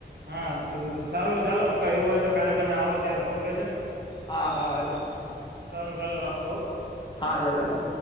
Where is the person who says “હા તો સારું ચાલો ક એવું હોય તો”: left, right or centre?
Right